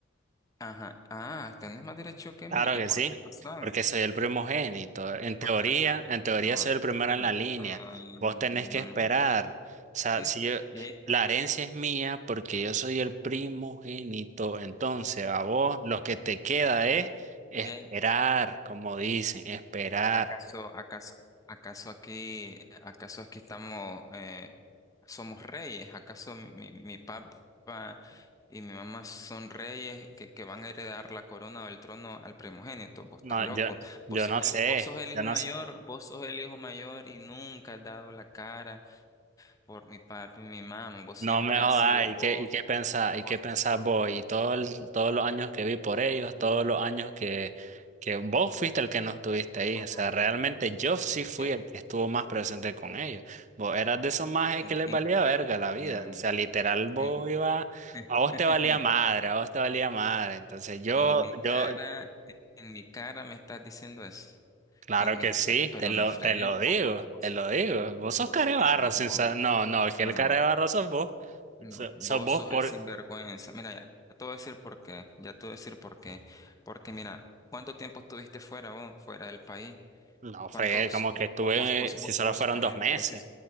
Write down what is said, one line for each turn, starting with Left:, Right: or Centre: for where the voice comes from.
Left: Ajá, ah, tenés más derecho que
Right: Claro
Left: mí. ¿Y
Right: que
Left: por
Right: sí,
Left: qué razón?
Right: porque soy el primogénito. En
Left: ¿Y por
Right: teoría,
Left: qué razón?
Right: en teoría
Left: No,
Right: soy el primero en la línea.
Left: no, no,
Right: Vos tenés
Left: no, no, no.
Right: que esperar.
Left: no. no.
Right: O sea,
Left: Es,
Right: si yo,
Left: es-
Right: la herencia es mía porque yo soy el primogénito. Entonces, a vos lo que te queda es esperar,
Left: Y ahí,
Right: como dicen, esperar.
Left: ¿acaso, acaso, acaso aquí, acaso aquí estamos, eh, somos reyes? ¿Acaso mi, mi papá y mi mamá son reyes que, que van a heredar la corona o el trono al primogénito? Vos
Right: No,
Left: estás loco.
Right: yo,
Left: Vos
Right: yo
Left: sos
Right: no sé,
Left: el, vos sos el
Right: yo
Left: hijo
Right: no
Left: mayor,
Right: sé.
Left: vos sos el hijo mayor y nunca has dado la cara por mi papá y mi mamá. Vos siempre
Right: No me jodas,
Left: has sido vos,
Right: ¿y qué, y qué pensás? ¿Y
Left: vos
Right: qué pensás
Left: y solo.
Right: vos?
Left: vos.
Right: Y todo el- todos los años que vi por ellos, todos los años que, que vos fuiste el que no estuviste
Left: <laughs>
Right: ahí. O sea, realmente yo sí fui
Left: ¿Qué?
Right: el que estuvo más presente con ellos. Vos eras de esos majes
Left: En,
Right: que les
Left: en,
Right: valía verga la vida.
Left: mm,
Right: O sea, literal, vos
Left: en,
Right: ibas, a vos
Left: <laughs>
Right: te valía madre, a vos te valía madre. Entonces yo,
Left: En mi cara,
Right: yo,
Left: en mi cara me estás diciendo eso.
Right: claro
Left: En
Right: que
Left: mi, ca-
Right: sí,
Left: pero
Right: te lo,
Left: no fregué.
Right: te lo digo,
Left: Vos, vos, vos,
Right: te lo digo. Vos sos
Left: vos
Right: carebarro,
Left: sí sos-
Right: sin
Left: vos-
Right: sa- no, no,
Left: no,
Right: que el carebarro sos vos.
Left: no.
Right: So-
Left: Vos
Right: Sos vos
Left: sos
Right: por,
Left: el sinvergüenza. Mira, ya te voy a decir por qué. Ya te voy a decir por qué. Porque mira, ¿cuánto tiempo estuviste fuera vos, fuera del país?
Right: No,
Left: ¿Cuánto?
Right: fregué,
Left: s-
Right: como
Left: Vos,
Right: que estuve,
Left: vos, vos,
Right: si
Left: vos,
Right: solo
Left: vos-
Right: fueron
Left: ah,
Right: dos meses.
Left: pero sí,